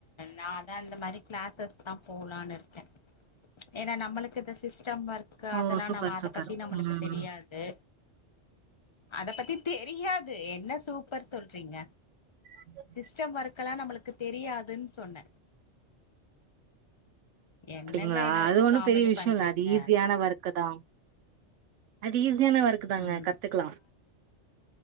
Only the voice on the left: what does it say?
நா அதா இந்த மாரி கிளாஸஸ் தா போலான் இருக்கே ஏனா நம்ளுக்கு இந்த சிஸ்டம் ஒர்க்கு
அதெல்லா
நம்ம அத
பத்தி நம்மளுக்கு
தெரியா து அத பத்தி தெரியாது என்ன சூப்பர் சொல்றீங்க
சிஸ்டம் ஒர்க்கலா நம்மளுக்கு தெரியாதுன் சொன்னே என்னங்க
என்ன
வச்சு
காமெடி
பண்றீங்க?
ம்.